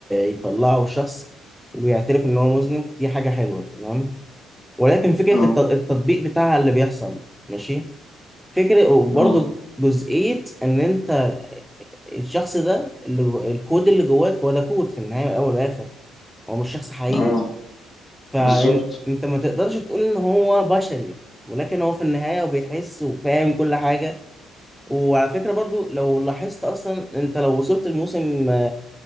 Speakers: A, in the centre; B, on the left.
A: يطلعوا شخص ويعترف إن هو مذنب دي حاجة حلوة تمام ولكن فكرة
B: اه
A: الت- التطبيق بتاعها اللي بيحصل ماشي فكرة وبرضه
B: اه
A: جزئية إن أنت الشخص ده اللي جو- الكود اللي جواك هو ده كود في النهاية والأول والآخر هو مش شخص حقيقي
B: اه
A: فأنت
B: بالظبط
A: ما تقدرش تقول إن هو بشري ولكن هو في النهاية وبيحس وفاهم كل حاجة وعلى فكرة برضو لو لاحظت أصلا أنت لو وصلت الموسم